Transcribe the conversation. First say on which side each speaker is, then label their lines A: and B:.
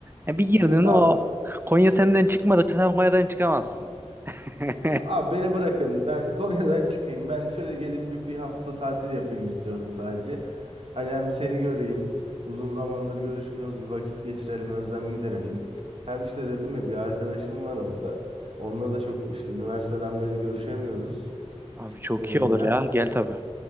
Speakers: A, on the right; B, on the right.
A: Yani bir girdin
B: Yok abi.
A: o Konya senden çıkmadıkça sen Konya'dan çıkamazsın. <laughs>
B: Abi beni bırakın. Ben <laughs> Konya'dan çıkayım. Ben şöyle gelin bir, bir hafta tatil yapayım istiyorum sadece. Hani hem seni göreyim. Uzun zamandır görüşmüyoruz. Bir vakit geçirelim, özlem giderelim. Hem işte dedim ya bir arkadaşım var orada. Onunla da çok işte üniversiteden beri görüşemiyoruz.
A: Abi çok
B: Ee,
A: iyi olur
B: hem
A: ya. Gel tabii.